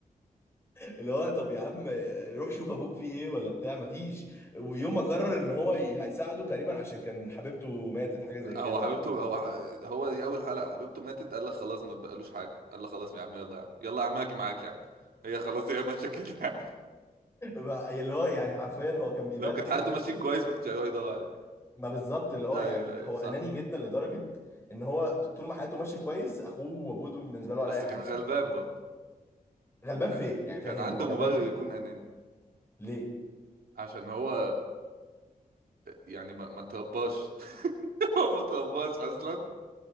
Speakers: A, on the left; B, on the right.
A: اللي هو طب يا عم روح شوف ابوك فيه ايه ولا بتاع ما فيش ويوم ما قرر ان هو ي- هيساعده تقريبا عشان كان حبيبته ماتت حاجه زي
B: لا
A: كده
B: هو حبيبته
A: و...
B: هو ح- هو دي اول حلقه حبيبته ماتت قال لك خلاص ما بقالوش حاجه قال لك خلاص يا عم يلا يا عم يلا يا عم هاجي معاك يا عم هي خلاص هي ماشيه كده <laughs>
A: <laughs> بقى اللي هو يعني حرفيا هو كان بيبكي
B: لو كانت حالته
A: حبيبته
B: ماشية كويس ما كانش هيروح يدور عليه
A: ما بالظبط اللي هو
B: ايوه
A: يعني
B: ايوه
A: هو
B: صح
A: اناني جدا لدرجه ان هو ط- طول ما حياته ماشيه كويس اخوه وابوه دول بالنسبه له ولا
B: بس
A: اي حاجه
B: كان غلبان برضه
A: غلبان
B: يعني
A: في ايه يعني فاهمني
B: كان عنده
A: هو غلبان
B: مبرر
A: في
B: يكون
A: ايه
B: اناني
A: ليه
B: عشان هو يعني ما ما ترباش <laughs> هو ما ترباش اصلا